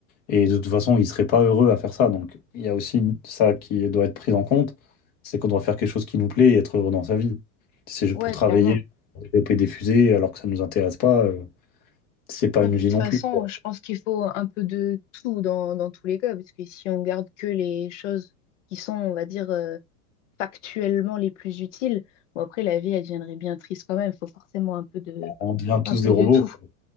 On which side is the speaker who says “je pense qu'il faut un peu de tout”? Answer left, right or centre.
Left